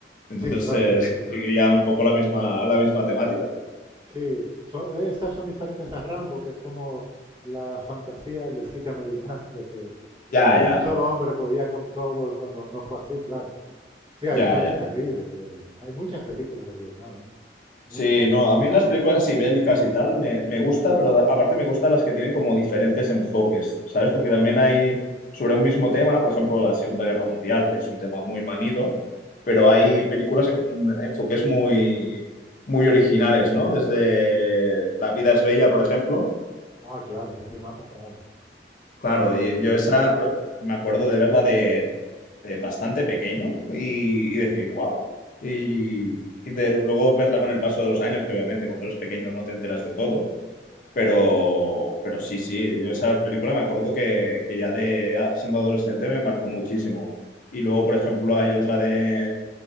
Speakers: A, on the left; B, on the right.
A: Entonces,
B: Sí, claro,
A: eh,
B: sí,
A: se-
B: sí.
A: seguiría un poco la misma, la misma temática.
B: Sí, son, estas son diferentes a Rambo, que es como la fantasía del desquite americano de que,
A: Ya,
B: de que
A: ya,
B: un solo hombre podía con todos cuando no fue así, claro. Sí, hay
A: ya,
B: historias
A: ya.
B: terribles. De, de- hay muchas películas de Vietnam, ¿eh? Muchas.
A: Sí, no, a mí las películas así bélicas y tal me, me gusta, pero a- aparte me gustan las que tienen como diferentes enfoques, ¿sabes? Porque también hay sobre un mismo tema, por ejemplo, la Segunda Guerra Mundial, que es un tema muy manido, pero hay
B: Sí.
A: películas con enfoques muy, muy originales, ¿no? Desde La vida es bella, por ejemplo.
B: Ah, claro, esa sí es una pasada.
A: Claro, y yo esa pro- me acuerdo de verla de, de bastante pequeño y, y decir, wow. Y, y de, luego verla con el paso de los años, que obviamente cuando eres pequeño no te enteras de todo, pero, pero sí, sí, yo esa película me acuerdo que, que ya de siendo adolescente me marcó muchísimo. Y luego, por ejemplo, hay otra de,